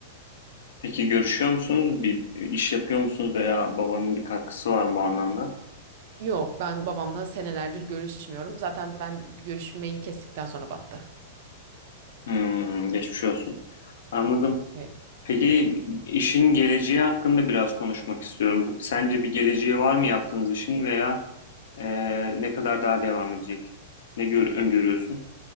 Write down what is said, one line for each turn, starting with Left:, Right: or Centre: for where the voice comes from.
Left: Peki görüşüyor musunuz? Bir iş yapıyor musunuz veya babanın bir katkısı var mı bu anlamda?
Right: Yok, ben babamla senelerdir görüşmüyorum. Zaten ben görüşmeyi kestikten sonra battı.
Left: Hmm, geçmiş olsun. Anladım.
Right: Evet.
Left: Peki
Right: Des.
Left: işin geleceği hakkında biraz konuşmak istiyorum. Sence bir geleceği var mı yaptığınız işin veya e, ne kadar daha devam edecek? Ne gör, öngörüyorsun?